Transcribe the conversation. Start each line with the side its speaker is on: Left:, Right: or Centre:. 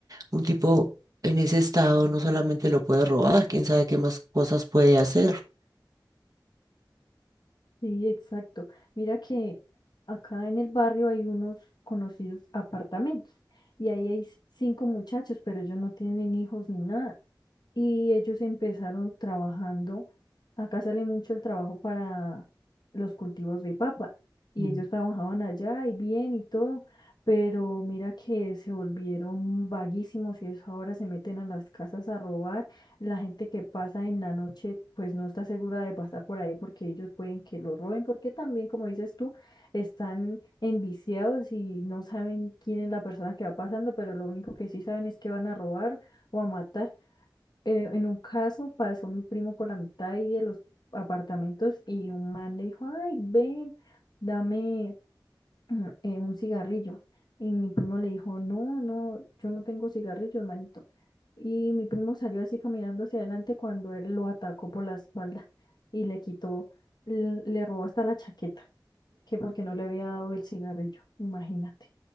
Right: un tipo en ese estado no solamente lo puede robar, quién sabe qué más cosas puede hacer.
Left: Sí, exacto. Mira que acá en el barrio hay unos conocidos apartamentos y ahí hay cinco muchachos, pero ellos no tienen hijos ni nada. Y ellos empezaron trabajando Acá sale mucho el trabajo para los cultivos de papa y
Right: Mm.
Left: ellos trabajaban allá y bien y todo, pero mira que se volvieron vaguísimos y eso ahora se meten a las casas a robar. La gente que pasa en la noche pues no está segura de pasar por ahí porque ellos pueden que lo roben porque también como dices tú están enviciados y no saben quién es la persona que va pasando, pero lo único que sí saben es que van a robar o a matar eh, en un caso pasó mi primo por la mitad ahí de los apartamentos y un man le dijo, ay, ven, dame mm, eh, un cigarrillo. Y mi primo le dijo, no, no, yo no tengo cigarrillos, manito. Y mi primo salió así caminando hacia adelante cuando él lo atacó por la espalda y le quitó, l- le robó hasta la chaqueta, que porque no le había dado el cigarrillo, imagínate.